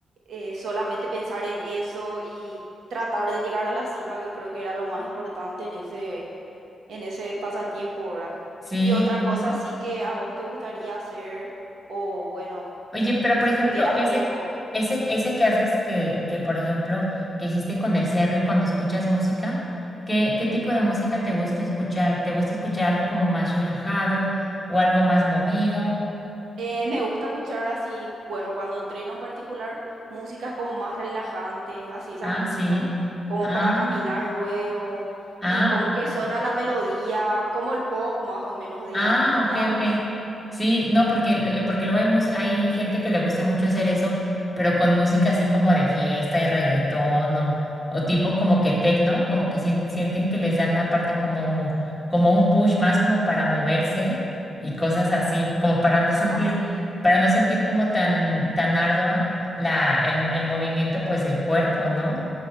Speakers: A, on the right; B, in the centre.
A: eh, solamente pensar en eso y tratar de llegar a la cima, que creo que era lo más importante en ese, en ese pasatiempo, ¿verdad?
B: sí,
A: Y otra
B: sí.
A: cosa sí que a vos te gustaría hacer, o bueno,
B: Oye, pero por
A: si
B: ejemplo,
A: tuvieras
B: ese,
A: tiempo.
B: ese, ese que haces que, que por ejemplo, que hiciste con el cerro y cuando escuchas música, ¿qué, qué tipo de música te gusta escuchar? ¿Te gusta escuchar algo como más relajado o algo más movido?
A: Eh, me gusta escuchar así, bueno, cuando entreno en particular, músicas como más relajantes, así esas
B: Ah,
A: músicas
B: sí.
A: como
B: Ah,
A: para caminar luego
B: ah,
A: y como
B: ok.
A: que suena la melodía, como el pop más o menos, digamos.
B: Ah, ok,
A: ¿Y a vos?
B: ok. Sí, no, porque, lo- eh, porque luego hay, mus- hay gente que le gusta mucho hacer eso, pero con música así como de fiesta y reggaetón o, o tipo como que tecno, como que sien- sienten que les dan aparte como, como un push más como para moverse y cosas así, como para no
A: Ah,
B: sentir,
A: sí.
B: para no sentir como tan, tan ardua la, el, mo- el movimiento pues del cuerpo, ¿no?